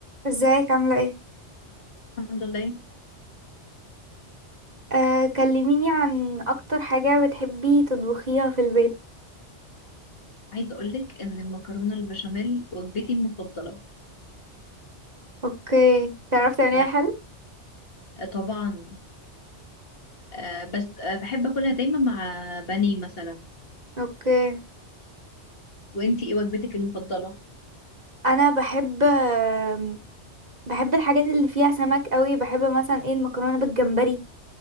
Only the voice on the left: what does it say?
الحمد لله
عايزة أقولك إن المكرونة البشاميل وجبتي المفضلة
يعني
طبعا آه بس آه بحب أكلها دايما مع بانيه مثلا
وإنتي إيه وجبتك المفضلة؟